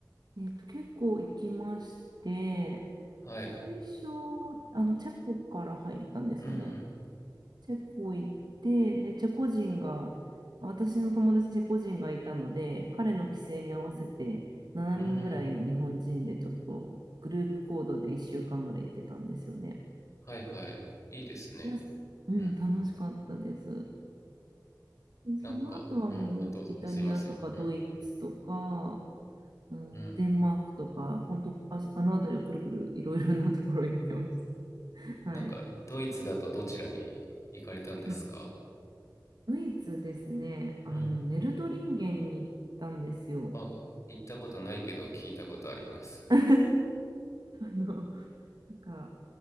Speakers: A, on the right; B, on the left.
A: えっと、結構行きまして、
B: はい。
A: 最初、あの、チェコから入ったんですよね。
B: うん。
A: チェコ行って、で、チェコ人が、私の友達チェコ人がいたので、彼の帰省に合わせて7人ぐらいの日本人でちょっとグループ行動で1週間ぐらい行ってたんですよね。
B: うん。はいはい。いいですね。
A: いや、うん、
B: うん。
A: 楽しかったです。で、
B: なんか、
A: その後はもうイタリアとかドイツとか、
B: うん。あ、どうぞ。すいません。うん。
A: うんデンマークとか、
B: うん。
A: 本当、あ、あの辺りをくるくるいろいろなところ行ってます。<laughs> はい。
B: なんか、ドイツだとどちらに行かれたんですか
A: あ、ドイツですね、
B: うん。
A: あの、ネルトリンゲンに行ったんですよ。
B: あ、行ったことないけど聞いたことあります。
A: <laughs> あの、なんか、